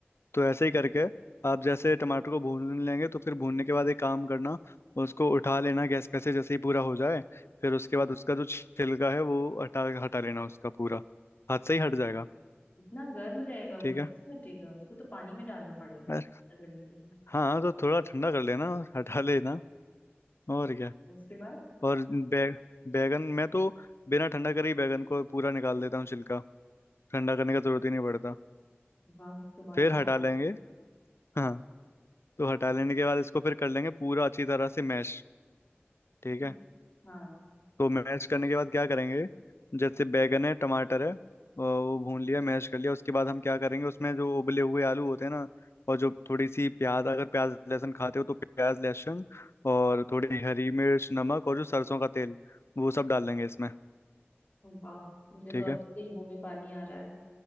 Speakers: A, on the left (about 75°); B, on the left (about 40°).
A: तो ऐसे ही करके आप जैसे टमाटर को भून लेंगे तो फिर भूनने के बाद एक काम करना उसको उठा लेना गैस पे से जैसे ही पूरा हो जाए फिर उसके बाद उसका जो छिलका है वो हटा हटा लेना उसका पूरा हाथ से ही हट जाएगा
B: इतना गर्म रहेगा
A: ठीक
B: वो कैसे
A: है
B: हटेगा उसको तो पानी में डालना पड़ेगा
A: अरे
B: रगड़ने के लिए
A: हाँ तो थोड़ा ठंडा कर लेना और हटा लेना और क्या
B: उसके बाद
A: और बै, बैगन मैं तो बिना ठंडा करे ही बैगन को पूरा निकाल देता हूँ छिलका ठंडा करने का जरूरत ही नहीं पड़ता
B: वाह तुम्हारा
A: फिर हटा
B: हाथ
A: लेंगे हाँ तो हटा लेने के बाद इसको फिर कर लेंगे पूरा अच्छी तरह से मैश ठीक
B: की
A: है
B: हाँ
A: तो मैश करने के बाद क्या करेंगे जैसे बैगन है टमाटर है अ, वो भून लिया मैश कर लिया उसके बाद हम क्या करेंगे उसमें जो उबले हुए आलू होते हैं ना और जो थोड़ी सी प्याज अगर प्याज लहसुन खाते हो तो प्याज लहसुन और थोड़ी हरी मिर्च नमक और जो सरसों का तेल वो सब डाल देंगे इसमें
B: वाह मुझे
A: ठीक
B: तो अभी
A: है
B: से ही मुंह में पानी आ रहा है